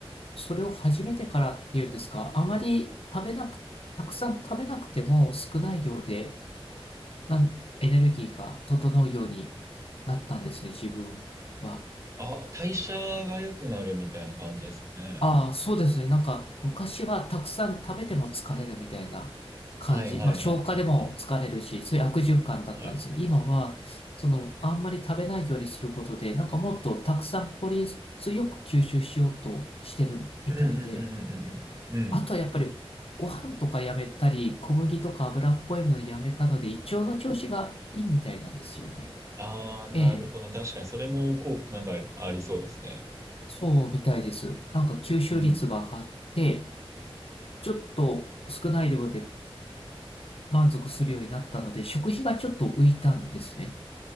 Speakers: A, on the left; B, on the right.
A: それを始めてからっていうんですか、あまり食べなく、たくさん食べなくても少ない量で、なん、エネルギーが整うようになったんですね、自分は。
B: あ、代謝が良くなるみたいな感じですかね。
A: ああ、そうですね。なんか、昔はたくさん食べても疲れるみたいな感じ。
B: はいはいはいはいはい。
A: まあ、消化でも疲れるし、そういう悪循環だったんですけど、
B: はい。
A: 今は、その、あんまり食べないようにすることで、なんかもっとたくさん効率よく吸収しようとしてるみたいで、
B: うんうんうんうんうんうん。
A: あとはやっぱりご飯とかやめたり、
B: うん。
A: 小麦とか油っぽいものやめたので、胃腸の調子がいいみたいなんですよね。
B: ああ、なるほど。
A: ええ、
B: 確かにそれもこう、なんかありそうですね。
A: そうみたいです。なんか吸収率が上がって、
B: うん。
A: ちょっと少ない量で満足するようになったので、食費がちょっと浮いたんですね。